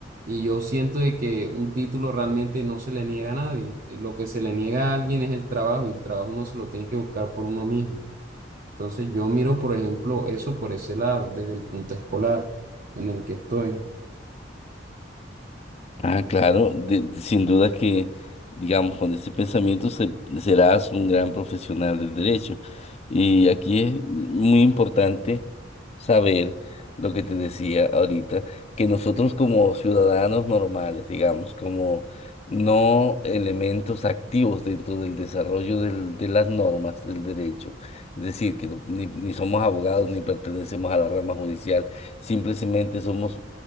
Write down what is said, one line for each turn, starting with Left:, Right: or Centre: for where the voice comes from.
Right: Y yo siento de que un título realmente no se le niega a nadie. Eh, Lo que se le niega a alguien es el trabajo y el trabajo uno se lo tiene que buscar por uno mismo. Entonces yo miro, por ejemplo, eso por ese lado, desde el punto escolar en el que estoy.
Left: Ah, claro, de- de- sin duda que, digamos, con ese pensamiento se- serás un gran profesional del derecho. Y aquí es muy importante saber lo que te decía ahorita, que nosotros como ciudadanos normales, digamos, como no elementos activos dentro del desarrollo del- de las normas del derecho, es decir, que no- ni, ni somos abogados ni pertenecemos a la rama judicial, simplemente somos